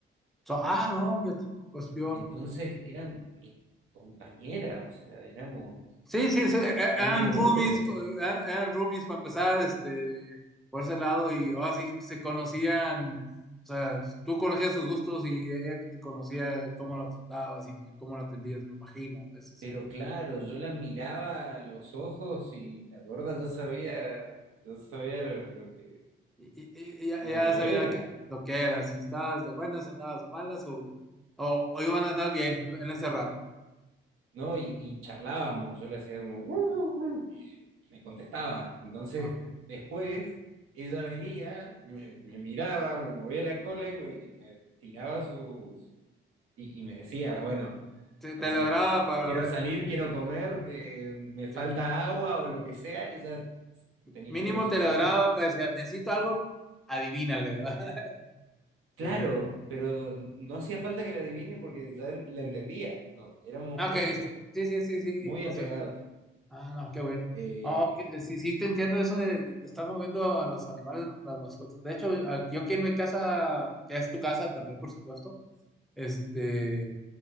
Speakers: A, in the centre; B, on the right.
A: So- ah, no, fíjate, no, pues peor.
B: Entonces era mi compañera, o sea, éramos
A: Sí, sí, sí, eh, eh,
B: uña
A: eran
B: y mugre.
A: roomies, co- eh, eran roomies para empezar, este, por ese lado, y ahora sí se conocían, o sea, tú conocías sus gustos y ella te conocía cómo lo tratabas y tú cómo lo atendías, me imagino, eso sí.
B: Pero claro, yo la miraba a los ojos y la gorda ya sabía, ya sabía lo, lo que,
A: Y, y- y ya,
B: lo
A: ya
B: que
A: sabía
B: era,
A: que- lo que era, si estabas de buenas, andabas de malas o, o, o iban a andar bien en ese rato.
B: ¿no? Y,
A: Sí,
B: y charlábamos, yo le hacía como, "Wu, wu, wu", y me contestaba. Entonces,
A: ah, bien.
B: después, ella venía, me, me miraba, me movía la cola y me, y me tiraba sus... Y, y me decía, bueno,
A: Te, te
B: no sé,
A: ladraba para
B: quiero
A: ver,
B: salir, quiero comer, eh, me falta
A: sí.
B: agua o lo que sea. Ella tenía
A: Mínimo
B: como su
A: te
B: tono.
A: ladraba, para decir, necesito algo, adivínale, ¿verdad? <laughs>
B: Claro,
A: Sí.
B: pero no hacía falta que la adivine porque ya en- la entendía, ¿no? Éramos
A: Ah,
B: muy,
A: Ok,
B: muy,
A: sí, sí, sí, sí.
B: muy
A: Pues,
B: apegados.
A: eh, ah, no, qué bueno.
B: Eh,
A: No, que- sí, sí, te entiendo eso de, de estar moviendo a los animales, las mascotas. De hecho, a- yo aquí en mi casa, que es tu casa también, por supuesto, este,